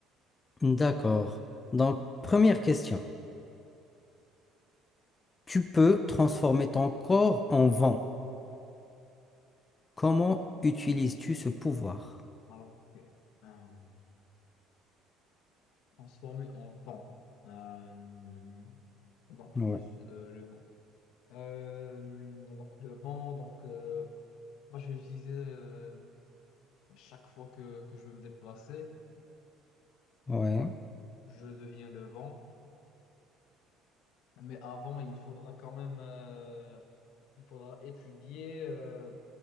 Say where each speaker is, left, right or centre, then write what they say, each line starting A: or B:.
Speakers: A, on the left; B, on the left.
A: D'accord. Donc, première question. Tu peux transformer ton corps en vent. Comment utilises-tu ce pouvoir?
B: Alors, ok. Euh, transformé en vent. Euh, donc,
A: Ouais,
B: je suis, euh, le vent. Euh, donc, le vent, donc, euh, moi, je vais utiliser euh, chaque fois que, que je veux me déplacer,
A: ouais,
B: je deviens le vent. Mais avant, il faudra quand même, euh, il faudra étudier, euh,